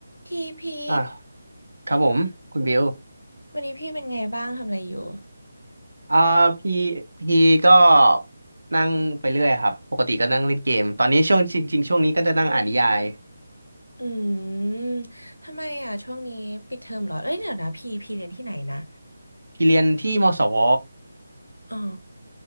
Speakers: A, on the left; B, on the right.
A: ทีพี
B: อ่ะครับผมคุณบิว
A: วันนี้พี่เป็นไงบ้างทำอะไรอยู่
B: อ่าพี่พี่ก็นั่งไปเรื่อยครับปกติก็นั่งเล่นเกมตอนนี้ช่วงจริงๆช่วงนี้ก็จะนั่งอ่านนิยาย
A: อืมทำไมอ่ะช่วงนี้ปิดเทอมเหรอเอ้ยเดี๋ยวนะพี่พี่เรียนที่ไหนนะ
B: พี่เรียนที่มศว
A: อ๋อ